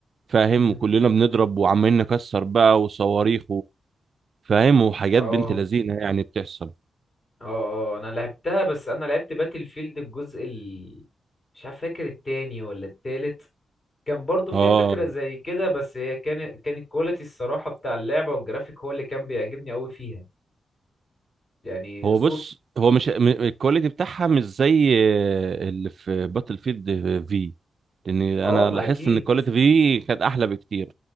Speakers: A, on the right; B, on the left.
A: فاهم
B: مم.
A: وكلنا بنضرب وعمالين نكسر بقى وصواريخ و- فاهم وحاجات
B: اه
A: بنت لذينه يعني بتحصل
B: اه اه انا لعبتها بس انا لعبت باتل فيلد الجزء ال مش عارف فاكر التاني ولا التالت كان برضو فيها
A: اه
B: فكره زي كده بس هي كانت كان الكواليتي الصراحه بتاع اللعبه والجرافيك هو اللي كان بيعجبني قوي فيها يعني
A: هو
B: صوت
A: بص هو مش م- الكواليتي بتاعها مش زي آه، اللي في باتل فيلد في لان انا
B: اه ما
A: لاحظت
B: اكيد
A: ان الكواليتي في كانت احلى بكتير